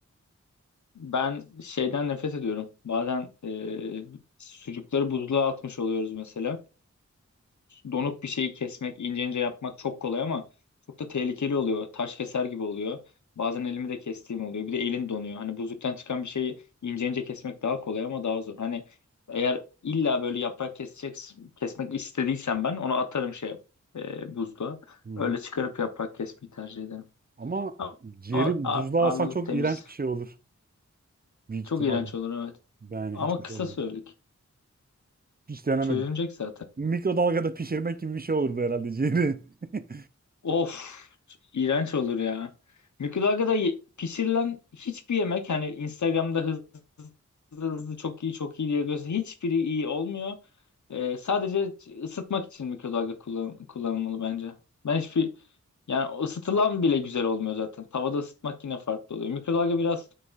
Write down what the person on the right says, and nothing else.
Hı hı.
Ama
ciğeri
buzluğa
alsan çok
iğrenç bir şey olur. Büyük
ihtimalle.
Yani
hiç hoş
olmaz.
Hiç denemedim.
Mikrodalgada pişirmek gibi bir şey olur bu herhalde ciğeri. <laughs>